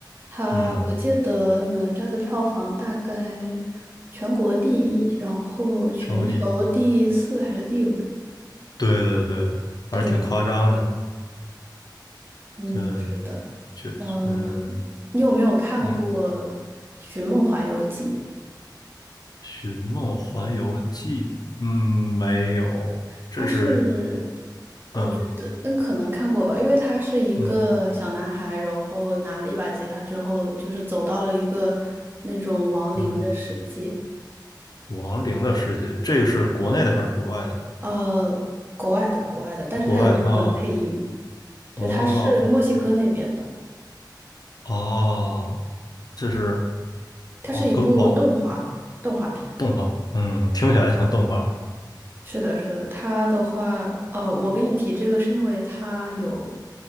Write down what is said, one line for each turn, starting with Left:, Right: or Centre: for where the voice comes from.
Right: 他我记得哪吒的票房大概全国第一，
Left: 嗯，
Right: 然后全球第四还是第五？
Left: 成为对对对，
Right: 对吧？
Left: 还是挺夸张的，
Right: 嗯，
Left: 就
Right: 是的。
Left: 就嗯，
Right: 嗯，你有没有看过
Left: 你
Right: 《寻梦环游记》？
Left: 《寻梦环游记》嗯没有，
Right: 它是，
Left: 这是。
Right: 我觉得，
Left: 嗯。
Right: 嗯，可能看过吧，因为他是一个小男孩，
Left: 嗯
Right: 然后拿了一把吉他之后，就是走到了一个那种亡灵的世界，
Left: 嗯，亡灵的世界，这个是国内的还是国外的？
Right: 呃，国外的，国外的，但是他有中文配音。
Left: 国外的啊，
Right: 对，
Left: 哦
Right: 它是墨西哥那边的，
Left: 哦，这是
Right: 它是一部动画动画片。
Left: 哦，跟网动画，嗯，听起来像动画，
Right: 是的，是的，它的话，呃，我跟你提这个是因为它有，